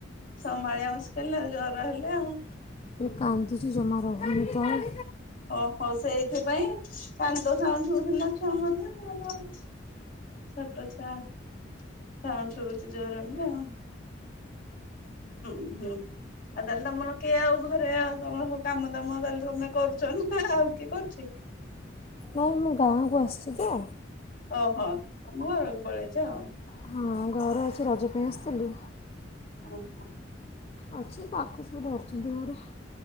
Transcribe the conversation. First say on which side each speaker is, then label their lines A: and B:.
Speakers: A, on the left (about 50°); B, on the left (about 30°).
A: ସମ୍ଭାଳିିବା ମୁସ୍କିଲ ଆଉ ଜର ହେଲେ ଆଉ।
B: କାନ୍ଦୁଛି ଜମା ରହୁନି ତଳେ।
A: ଓହୋ ସେଇଥିପାଇଁ କାନ୍ଦ ସାଉଣ୍ଡ ଶୁଭୁଥିଲା ଛୁଆଙ୍କ। ମୁଁ କହିଲି ଆଉ ଛୋଟ ଛୁଆ। ସାଉଣ୍ଡ ସବୁଚି ଜୋରେ ହେଲେ ଆଉ ହୁଁ ହୁଁ ଆଉ ତାହେଲେ ତମର କିଏ ଆଉ ଘରେ ଆ ତମର କାମ ଦାମ ତାହଲେ ତମେ କରୁଛ ନା ଆଉ କିଏ କରୁଛି?
B: ନାଇ ମୁଁ ଗାଁରେ ଆସିଛି ତ।
A: ଓହୋ ତମ ଘରକୁ ପଳେଇଛ ଆଉ।
B: ହଁ ଘରେ ଅଛି। ରଜ ପାଇଁ ଆସିଥିଲି।
A: ଓ ହୋ।
B: ଅଛି ପାଖ ସବୁ ଧରୁଛନ୍ତି ଘରେ